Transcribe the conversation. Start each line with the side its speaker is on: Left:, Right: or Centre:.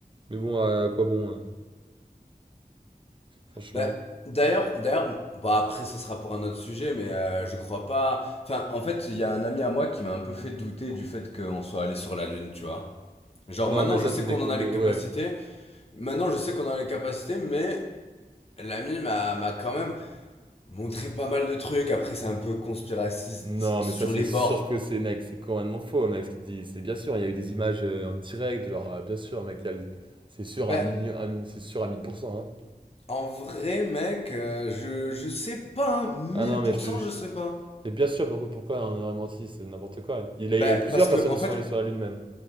Right: Mais bon, à quoi bon, euh, franchement.
Left: Bah, d'ailleurs, d'ailleurs, bah après, ce sera pour un autre sujet, mais euh, je crois pas. Enfin, en fait, il y a un ami à moi qui m'a un peu fait douter du fait qu'on soit allé sur la Lune, tu vois. Genre,
Right: Non,
Left: maintenant,
Right: mais
Left: je
Right: ça,
Left: sais
Right: c'est des,
Left: qu'on
Right: co-
Left: en a
Right: des-
Left: les
Right: Ouais.
Left: capacités. Maintenant, je sais qu'on en a les capacités, mais l'ami m'a m'a quand même montré pas mal de trucs. Après, c'est un peu conspiraciste
Right: Non,
Left: sur
Right: mais ça, c'est
Left: les
Right: sûr
Left: bords.
Right: que c'est, mec, c'est complètement faux, mec, ce qu'il dit. C'est bien sûr, il y a eu des images euh, en direct, genre, euh, bien sûr, mec, il y a le- c'est sûr
Left: Ben.
Right: à 1000, à mi- c'est sûr à mille pour cent hein.
Left: En vrai, mec, euh, je, je sais pas, hein, 1000%
Right: Ah non, mais je te jure.
Left: je sais pas.
Right: Mais bien sûr, pourquoi, pourquoi on aurait menti, c'est n'importe quoi. Il y
Left: Ben
Right: a, il y a eu plusieurs
Left: parce que,
Right: personnes
Left: en
Right: qui
Left: fait,
Right: sont allées sur la Lune même.